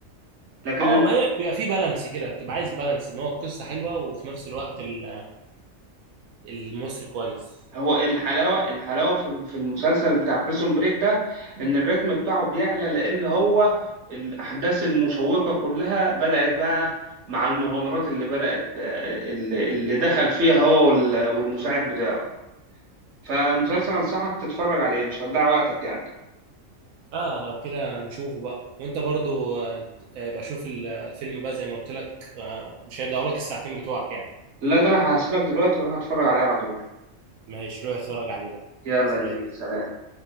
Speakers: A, on the right (about 55°); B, on the right (about 85°).
A: لكن
B: اه
A: ال-
B: ما هي بيبقى في بالانس كده بتبقى عايز بالانس ان هو القصه حلوه وفي نفس الوقت ال- الممثل كويس
A: هو الحلاوة الحلاوة في في المسلسل بتاع بريسون بريك ده إن الريتم بتاعه بيعلى لأن هو الأحداث المشوقة كلها بدأت بقى مع المغامرات اللي بدأت اللي اللي دخل فيها هو وال- والمساعد بتاعه فالمسلسل
B: مم.
A: أنصحك تتفرج عليه مش هتضيع وقتك يعني
B: اه لو كده نشوفه بقى وانت برضو آه، ابقى شوف ال- الفيلم بقى زي ما قلت لك آه، مش هيضيعوا لك الساعتين بتوعك يعني
A: لا ده أنا هسيبك دلوقتي وأروح أتفرج عليه على طول
B: ماشي روح اتفرج عليه بقى
A: يلا
B: سلام
A: يا كبير سلام